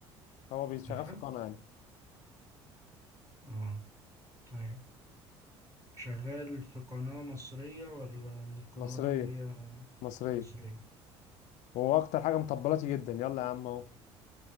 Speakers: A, on the left; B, on the right.
A: هو بيشتغل
B: لأ
A: في قناه يعني
B: اه طيب شغال في قناة مصرية ولا من القنوات
A: مصريه
B: اللي هي
A: مصريه
B: مصرية؟
A: وهو اكتر حاجه مطبلاتي جدا يلا يا عم اهو